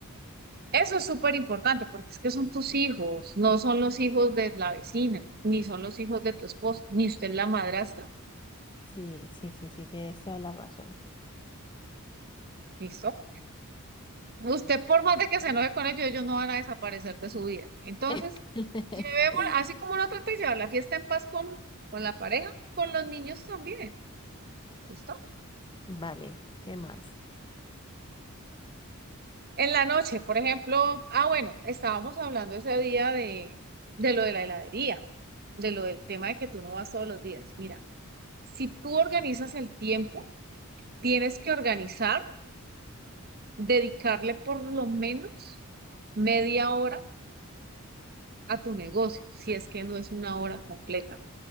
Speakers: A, on the right; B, on the left.
A: Eso es súper importante porque es que son tus hijos, no son los hijos de la vecina, ni son los hijos de tu esposo, ni usted es la madrastra.
B: Sí, sí, sí, sí, tienes toda la razón.
A: ¿Listo? Usted, por más de que se enoje con ellos, ellos no van a desaparecer de su vida. Entonces,
B: <laughs>
A: llevémosla, así como no trate de llevar la fiesta en paz con, con la pareja, con los niños también. ¿Listo?
B: Vale, ¿qué más?
A: En la noche, por ejemplo, ah, bueno, estábamos hablando ese día de, de lo de la heladería, de lo del tema de que tú no vas todos los días. Mira, si tú organizas el tiempo, tienes que organizar, dedicarle por lo menos media hora a tu negocio, si es que no es una hora completa.